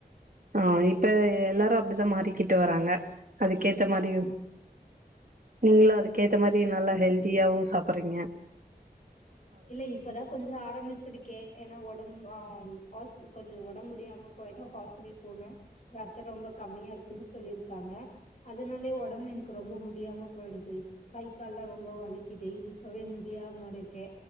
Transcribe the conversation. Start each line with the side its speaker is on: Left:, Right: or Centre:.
Right: ஆஹ் இப்ப எல்லாரும் அப்படித்தான் மாறிக்கிட்டு வராங்க அதுக்கேத்த மாதியும்
Left: ஆமா
Right: நீங்களும் அதுக்கேத்த மாதிரி நல்லா ஹெல்தியாவும் சாப்பறீங்க
Left: இல்ல இப்பதா கொஞ்சொ ஆரம்பிச்சிருக்கே ஏன்னா ஒடம் ஆஹ் ஹாஸ் கொஞ்சொ ஒடம்பு முடியாம போயட்டு ஹாஸ்பிடலு போனே ரத்த ரொம்ப கம்மியா இருக்குன்னு சொல்லிருக்காங்க அதனாலயே ஒடம்பு எனக்கு ரொம்ப முடியாம போயிடுது கை கால்லா ரொம்ப வலிக்குது இப்பவே முடியாம இருக்கே